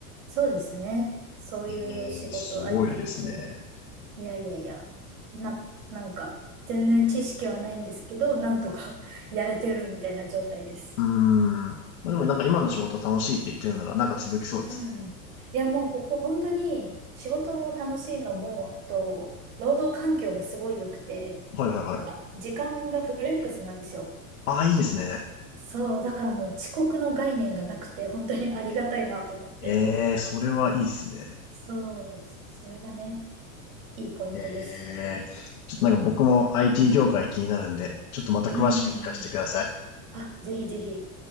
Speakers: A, on the right (about 75°); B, on the left (about 85°).
A: そうですね。そういう仕事、
B: ええ、すごいですね。
A: IT 系。いやいやいや。な、なんか、全然知識はないんですけど、なんとか <laughs> やれてるみたいな状態です。
B: うーん。まあでもなんか今の仕事楽しいって言ってるならなんか続きそうですね。
A: うん。いや、もうここ本当に仕事も楽しいのも、あと、労働環境がすごい良くて、
B: はいはいはい。
A: なんか、時間がフレックスなんですよ。
B: ああ、いいですね。
A: そう、だからもう遅刻の概念がなくて、本当にありがたいなと思って。
B: ええ、それはいいですね。
A: そう、それがね。いいポイントです。
B: ええ、ちょっとなんか僕も IT 業界気になるんで、ちょっとまた詳しく聞かせてください。
A: うんうんうん。あ、ぜひぜひ、